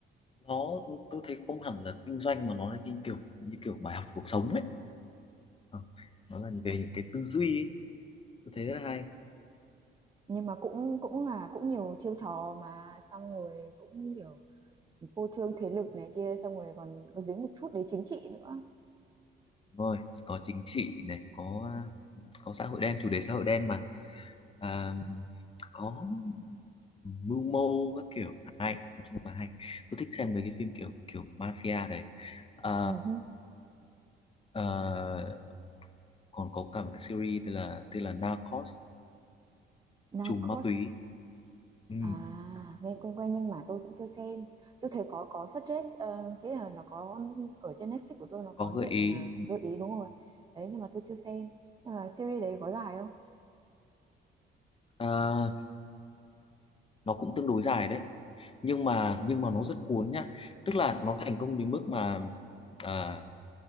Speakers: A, on the left (about 30°); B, on the right (about 20°).
A: Nó tôi thấy không hẳn là kinh doanh mà nó là như kiểu như kiểu bài học cuộc sống ấy. Ờ, Nó là về những cái tư duy ấy tôi thấy rất là hay
B: nhưng mà cũng cũng là cũng nhiều chiêu trò mà xong rồi cũng kiểu phô trương thế lực này kia xong rồi còn có dính một chút đến chính trị nữa
A: đúng rồi có chính trị này có có xã hội đen chủ đề xã hội đen mà à, có mưu mô các kiểu hay nói chung là hay tôi thích xem mấy cái phim kiểu kiểu mafia đấy à,
B: uh-huh.
A: à, còn có cả một cái series tên là tên là Narcos
B: Narcos
A: trùm ma túy ừ,
B: À, nghe quen quen nhưng mà tôi cũng chưa xem. Tôi thấy có có suggest uh, cái là nó có ở trên Netflix của tôi nó
A: có
B: có
A: gợi
B: hiện
A: ý
B: ờ, gợi ý đúng rồi. Đấy nhưng mà tôi chưa xem. Nhưng mà series đấy có dài không?
A: à, nó cũng tương đối dài đấy nhưng mà nhưng mà nó rất cuốn nhá tức là nó thành công đến mức mà à,